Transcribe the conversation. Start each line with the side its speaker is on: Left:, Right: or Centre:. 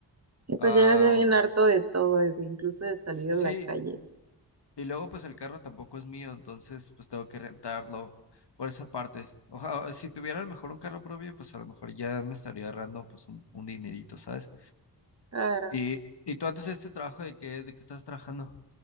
Right: Sí, pues
Left: Ah,
Right: llegas ya bien harto de todo, de incluso de salir
Left: s-
Right: a
Left: sí,
Right: la calle.
Left: y luego pues el carro tampoco es mío, entonces pues tengo que rentarlo por esa parte. Ojalá, si tuviera a lo mejor un carro propio, pues a lo mejor ya me estaría ahorrando pues un, un dinerito, ¿sabes?
Right: Claro.
Left: Y, y tú antes de este trabajo, ¿de qué, de qué estás trabajando?